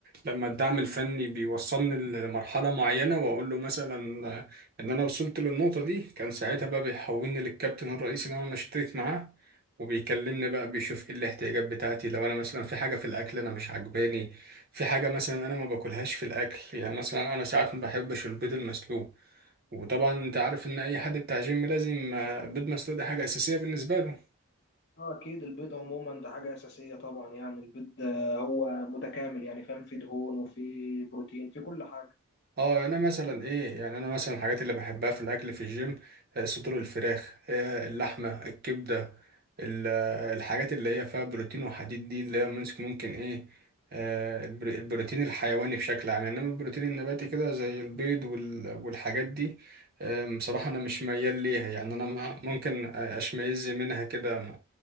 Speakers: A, on the right (about 45°); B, on the left (about 50°).
A: لما الدعم الفني بيوصلني لمرحلة معينة وأقول له مثلا آه، إن أنا وصلت للنقطة دي كان ساعتها بقى بيحولني للكابتن الرئيسي اللي أنا بشترك معاه وبيكلمني بقى بيشوف ايه الاحتياجات بتاعتي لو انا مثلا في حاجه في الاكل انا مش عجباني في حاجه مثلا انا ما باكلهاش في الاكل يعني مثلا انا ساعات ما بحبش البيض المسلوق وطبعا انت عارف ان اي حد بتاع جيم لازم آه، بيض مسلوق ده حاجه اساسيه بالنسبه له
B: اه اكيد البيض عموما ده حاجه اساسيه طبعا يعني البيض آه، هو متكامل يعني فاهم فيه دهون وفيه بروتين في كل حاجه
A: اه انا مثلا ايه يعني انا مثلا الحاجات اللي بحبها في الاكل في الجيم آه، صدور الفراخ آه، اللحمه الكبده ال- آه، الحاجات اللي هي فيها بروتين وحديد دي اللي هي ممكن ممكن ايه آه، البر- البروتين الحيواني بشكل عام انما البروتين النباتي كده زي البيض وال- والحاجات دي آم، بصراحه انا مش ميال ليها يعني انا مع- ممكن اشمئز منها كده